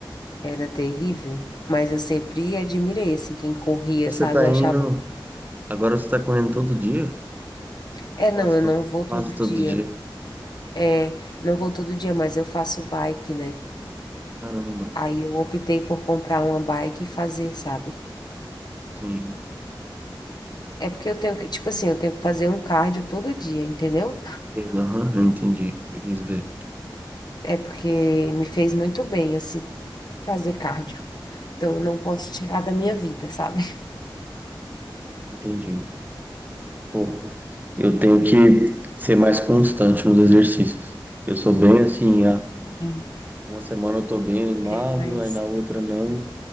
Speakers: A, on the left; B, on the right.
A: Era terrível. Mas eu sempre admirei, assim, quem corria,
B: e Você
A: sabe?
B: tá
A: Eu achava,
B: indo, agora você tá correndo todo dia?
A: é,
B: Quase
A: não, eu
B: todo,
A: não vou todo
B: quase todo
A: dia.
B: dia.
A: É, não vou todo dia, mas eu faço bike, né?
B: Caramba,
A: Aí eu optei por comprar uma bike e fazer, sabe?
B: sim.
A: É porque eu tenho que, tipo assim, eu tenho que fazer um cardio todo dia, entendeu?
B: Aham, eu entendi o que você quis dizer.
A: É porque me fez muito bem, assim, fazer cardio. Então, eu não posso tirar da minha vida, sabe?
B: Entendi. Pô, eu tenho que ser mais constante nos exercícios. Eu sou bem assim, ah,
A: Uhum.
B: Uma semana eu tô bem animado,
A: É, mas
B: aí na outra não.